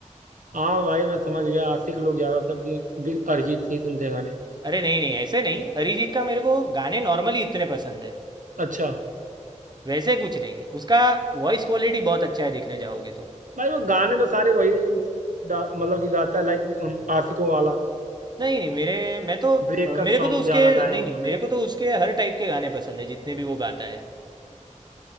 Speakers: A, on the right; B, on the right.
A: हाँ भाई मैं समझ गया आशिक लोग ज्यादातर दि- दि- अरिजीत के ही सुनते हैं गाने
B: अरे नहीं नहीं ऐसे नहीं अरिजीत का मेरे को गाने नॉर्मली इतने पसंद है
A: अच्छा
B: वैसे कुछ नहीं उसका वॉइस क्वालिटी बहुत अच्छा है देखने जाओगे तो
A: भाई वो गाने तो सारे वही डा- मतलब कि गाता है लाइक आशिकों वाला
B: नहीं नहीं मेरे मैं तो
A: ब्रेकअप
B: अ, मेरे
A: सॉन्ग
B: को तो उसके
A: ज्यादा गाए
B: नहीं नहीं
A: उन्होंने
B: मेरे को तो उसके हर टाइप के गाने पसंद है जितने भी वो गाता है